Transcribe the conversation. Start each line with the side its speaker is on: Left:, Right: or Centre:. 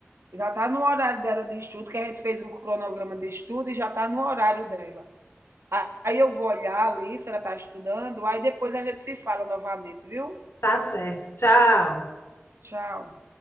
Right: Já está no horário dela de estudo, que a gente fez um cronograma de estudo e já está no horário dela. Aí eu vou olhar ali se ela está estudando, aí depois a gente se fala novamente, viu?
Left: tá certo. Tchau.
Right: Tchau.